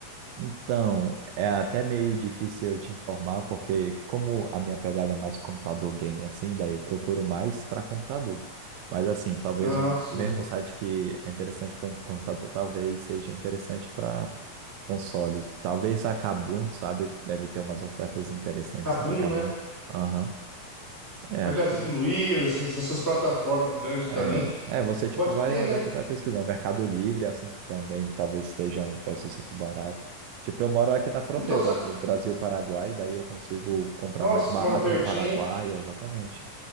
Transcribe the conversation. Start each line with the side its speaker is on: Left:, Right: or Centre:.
Right: Então, é até meio difícil eu te informar, porque como a minha pegada é mais computador game assim, daí eu procuro mais para computador. Mas assim, talvez
Centre: Ah,
Right: o
Centre: sim.
Right: mesmo site que é interessante para um computador, talvez seja interessante para console. Talvez a Kabum, sabe? Deve ter umas ofertas interessantes
Centre: Kabum,
Right: na Kabum.
Centre: né?
Right: Aham. É, acho
Centre: Magazine
Right: que.
Centre: Luiza, essas essas plataformas grandes
Right: É,
Centre: também.
Right: é, você tipo
Centre: Pode
Right: vai
Centre: ter,
Right: olhando,
Centre: né?
Right: vai pesquisando. Mercado Livre, assim, também talvez esteja um PS5 barato. Tipo, eu moro aqui na fronteira
Centre: Então, sa-
Right: do Brasil-Paraguai, daí eu consigo comprar
Centre: nossa,
Right: mais barato
Centre: você mora pertinho
Right: no Paraguai,
Centre: hein?
Right: exatamente.